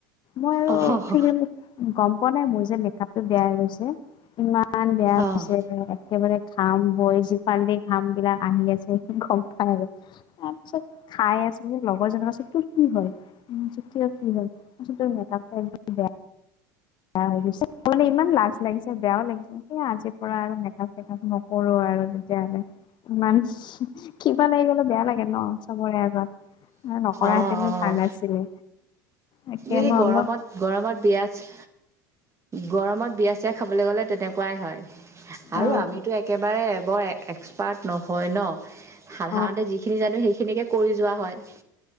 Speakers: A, on the left; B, on the right.
A: মই আৰু
B: অঁ
A: ফেমিলি গম পোৱা নাই, মোৰ যে মেকআপটো বেয়া হৈ গৈছে। ইমান বেয়া হৈছে
B: অঁ
A: একেবাৰে ঘাম বৈ আছে, সিফাল দি ঘামবিলাক আহি আছে, গম পায় আৰু। তাৰপিছত খাই আছিলোঁ যে, লগৰজনে কৈছে তোৰ কি হ'ল? মই কৈছোঁ কিয় কি হ'ল, কৈছে তোৰ মেকআপটো একদম বেয়া বেয়া হৈ গৈছে, মানে ইমান লাজ লাগিছে, বেয়াও লাগিছে। সেয়া আজিৰ পৰা আৰু মেকআপ চেকাপ নকৰো আৰু তেতিয়াহ'লে। ইমান, কিবা লাগিবলে বেয়া লা গে ন চবৰে আগত, নকৰাহেতেনো
B: অঁ অঁ
A: ভাল আছিলে! তাকে
B: এই
A: মই
B: গৰমত
A: বোলো
B: গৰমত বিয়াত, গৰমত বিয়া ছিয়া খাবলে গ'লে তেনেকুৱাই হয়।
A: অ',
B: আৰু আমিতো একেবাৰে বৰ এক্সপাৰ্ট নহয় ন! সাধাৰণতে
A: অ'।
B: যিখিনি জানো সেইখিনিকে কৰি যোৱা হয়।